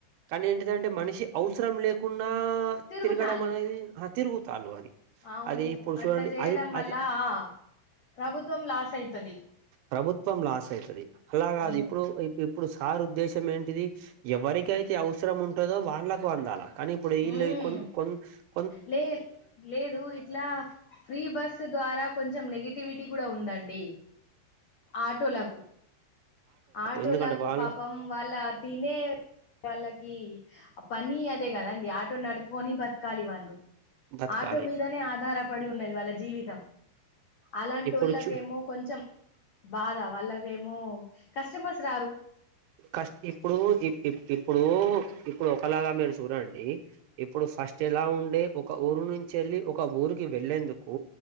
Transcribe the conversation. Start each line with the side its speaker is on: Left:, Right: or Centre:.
Right: కానీ ఏంటిదంటే మనిషి అవసరం లేకుండా లేకున్నా
Left: తిరుగుతాళ్ళు
Right: తిరగడమనేది ఆ తిరుగుతల్
Left: అవును
Right: అది ఇప్పుడు చూడండి
Left: అట్లా చేయడం
Right: అది
Left: వల్ల
Right: అది
Left: ఆ ప్రభుత్వం లాస్ అయితది
Right: ప్రభుత్వం లాస్ అయితది అలా గాదు
Left: ఉమ్
Right: ఇప్పుడు ఇప్పుడు సార్ ఉద్దేశం ఏంటిది ఎవరికైతే అవసరం ఉంటుదో వాళ్ళకు అందాలా కానిప్పుడు వీల్
Left: ఉమ్
Right: కొన్ కొం
Left: లే లేదు ఇట్లా ఫ్రీ బస్ ద్వారా కొంచెం నెగిటివిటీ కూడా ఉందండి ఆటోలకు ఆటోలకు
Right: ఎందుకంటే వాళ్ళు
Left: పాపం వాళ్ళ తినే వాళ్ళకి పని అదే కదండి ఆటో నడుపుకొని బతకాలి వాళ్ళు
Right: బతకాలి
Left: ఆటో మీదనే ఆధార పడి ఉన్నది వాళ్ళ జీవితం అలాంటి
Right: ఇప్పుడు
Left: వాళ్ళకేమో
Right: చూ
Left: కొంచెం బాధా వాళ్ళకేమో కస్టమర్స్ రారు
Right: కస్ట్ ఇప్పుడు ఇప్పుడు ఇపు ఇప్పుడు ఒకలాగా మీరు చూడండి ఇప్పుడు ఫస్ట్ ఎలా ఉండే ఒక ఊరు నుంచి వెళ్ళి ఒక ఊరికి వెళ్ళేందుకు